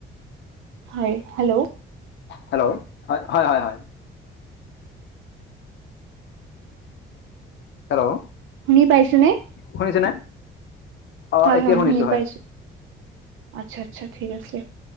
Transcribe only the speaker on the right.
হয়, হেল্ল'।
শুনি পাইছোঁ নে?
হয়
শুনি
পাইছো আচ্ছা আচ্ছা ঠিক আছে